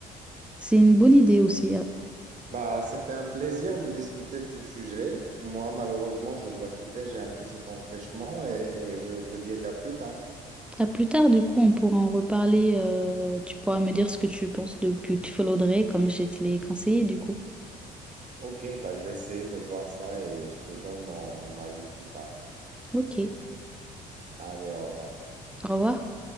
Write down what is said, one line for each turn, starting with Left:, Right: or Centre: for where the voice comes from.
Centre: C'est une bonne idée aussi.
Right: Bah, c'était un plaisir de discuter de ce sujet. Moi, malheureusement, je dois quitter, j'ai un petit empêchement et, et je te dis à plus tard.
Centre: À plus tard, du coup, on pourra en reparler. euh, tu pourras me dire ce que tu penses de Beautiful Audrey, comme je te l'ai conseillé, du coup.
Right: Ok, bah, je vais essayer de voir ça et je te donne mon avis plus tard.
Centre: Ok.
Right: Allez, au revoir.
Centre: Au revoir.